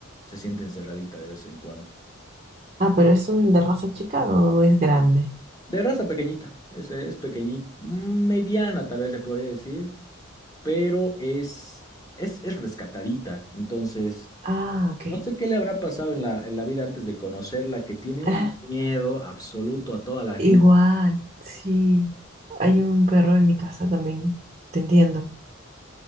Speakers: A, on the left; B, on the right.
A: se siente encerradita de vez en cuando.
B: Ah, pero ¿es un de raza chica o es grande?
A: De raza pequeñita, es, es pequeñita, mediana tal vez le podría decir, pero es, es, es rescatadita, entonces...
B: Ah, ok.
A: No sé qué le habrá pasado en la, en la vida antes de conocerla, que tiene
B: <laughs>
A: un miedo absoluto a toda la gente
B: Igual, sí.
A: que
B: Hay un perro en mi casa también. Te entiendo.